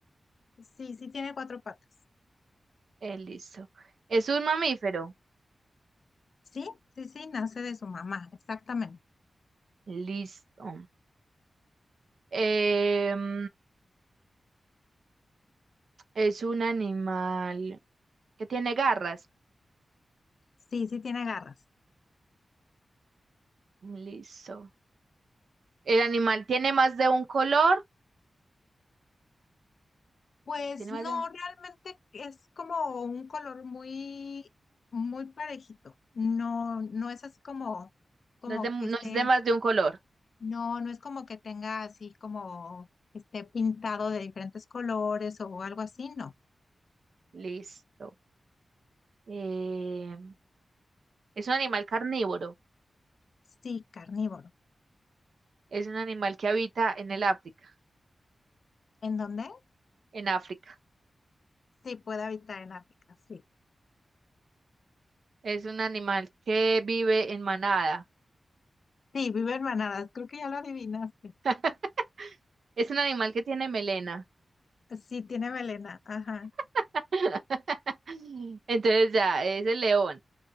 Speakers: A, on the left; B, on the right.
A: Sí, sí tiene cuatro patas.
B: Eh, listo. Es un mamífero.
A: Sí, sí, sí, nace de su mamá, exactamente.
B: Listo. Em, Es un animal que tiene garras.
A: Sí, sí tiene garras.
B: Listo. El animal tiene más de un color.
A: Pues
B: Tiene
A: no,
B: más de un...
A: realmente es como un color muy, muy parejito. No, no es así como, como
B: No es de, no
A: que esté,
B: es de más de un color.
A: no, no es como que tenga así como que esté pintado de diferentes colores o algo así, no.
B: Listo. Eh, es un animal carnívoro.
A: Sí, carnívoro.
B: Es un animal que habita en el África.
A: ¿En dónde?
B: En África.
A: Sí, puede habitar en África, sí.
B: Es un animal que vive en manada.
A: Sí, vive en manadas, creo que ya lo adivinaste.
B: <laughs> Es un animal que tiene melena.
A: Sí, tiene melena, ajá.
B: <laughs> Entonces ya, es el león.